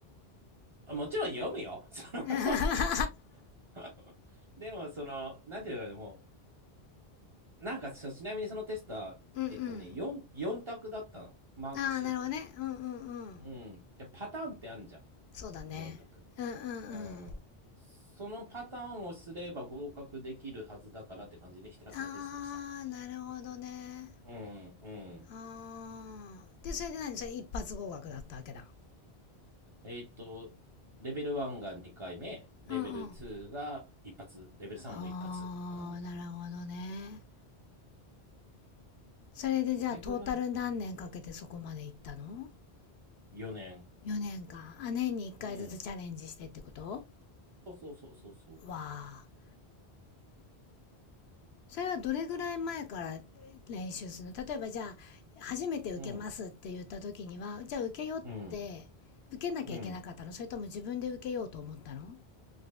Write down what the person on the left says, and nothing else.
<laughs>
う
んうん。
ああ、なるほどね。うんうんうん。
そうだね。
うんうんうん。
あー、なるほどね。
あー。で、それで何それ一発合格だったわけだ。
うんうん。
あー、
なるほどね。それでじゃあトータル何年かけてそこまで行ったの
?4 年間。あ、年に1回ずつチャレンジしてってこと
わー。それはどれぐらい前から
練習するの例えばじゃあ、初めて受けますって言った時には、
じゃあ受けようって、
受けなきゃいけなかったのそれとも自分で受けようと思ったの